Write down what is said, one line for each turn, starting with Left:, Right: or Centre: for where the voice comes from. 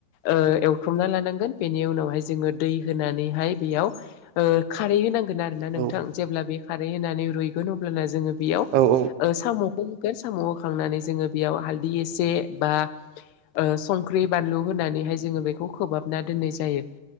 Left: ओ एवथ्रमना लानांगोन बेनि उनावहाय जोङो दै होनानैहाय बेयाव ओ खारै होनांगोन आरो ना
Right: औ
Left: नोंथां जेब्ला बे खारै होनानै रुइगोन अब्लाना जोङो बेयाव
Right: औ औ
Left: ओ साम'खौ होगोन साम' होखांनानै जोङो बेयाव हालदै एसे बा ओ संख्रि बानलु होनानैहाय जोङो बेखौ खोहाब ना दोननाय जायो